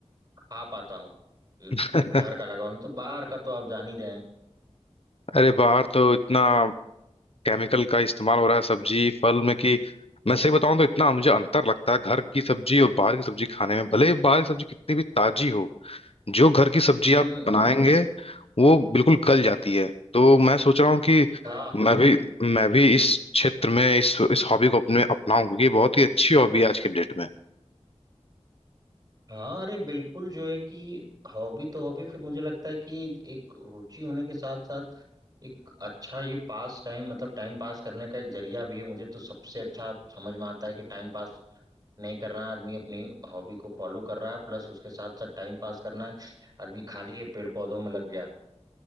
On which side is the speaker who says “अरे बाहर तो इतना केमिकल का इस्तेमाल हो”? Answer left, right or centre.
Left